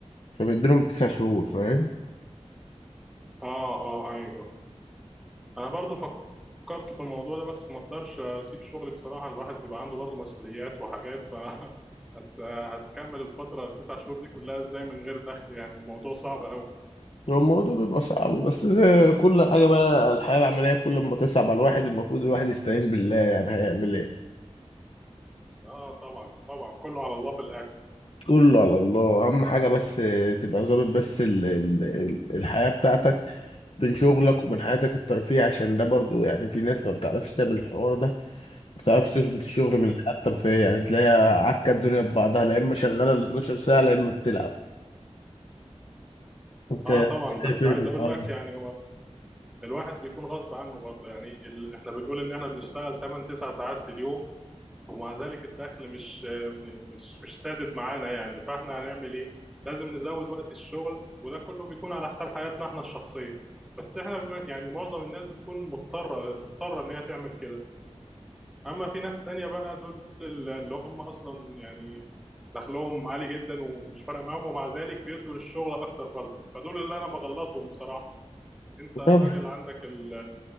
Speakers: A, on the left; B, in the centre.
A: فبيديلهم التسع شهور فاهم
B: اه اه ايوه انا برضو فكرت في الموضوع ده بس ما اقدرش اسيب شغلي بصراحة الواحد بيبقى عنده برضو مسؤوليات وحاجات ف <laughs> هت... هتكمل الفترة التسع شهور دي كلها ازاي من غير دخل يعني الموضوع صعب قوي
A: هو الموضوع بيبقى صعب بس زي كل حاجة بقى الحياة العملية كل ما تصعب على الواحد المفروض الواحد يستعين بالله يعني هيعمل ايه
B: اه طبعا طبعا كله على الله في الاخر
A: كله على الله أهم حاجة بس تبقى ظابط بس ال ال ال الحياة بتاعتك بين شغلك وبين حياتك الترفيه عشان ده برضو يعني في ناس ما بتعرفش تعمل الحوار ده ما بتعرفش تظبط الشغل
B: امم
A: من الحياة الترفيهية يعني تلاقيها عكة الدنيا ببعضها لا إما شغالة ال 12 ساعة لا إما بتلعب أنت
B: اه طبعا بس
A: شايف إيه
B: عايز
A: في الحوار
B: اقول لك يعني الواحد بيكون غصب عنه برضه يعني ال... احنا بنقول ان احنا بنشتغل 8 9 ساعات في اليوم ومع ذلك الدخل مش م- مش مش سادد معانا يعني فاحنا هنعمل ايه؟ لازم نزود وقت الشغل وده كله بيكون على حساب حياتنا احنا الشخصية بس احنا ب- يعني معظم الناس بتكون مضطرة مضطرة ان هي تعمل كده اما في ناس تانية بقى دول ال- اللي هم اصلا يعني دخلهم عالي جدا ومش فارقة معاهم ومع ذلك بيدوا للشغل اكتر برضه فدول اللي انا بغلطهم بصراحة انت راجل
A: ده؟
B: عندك ال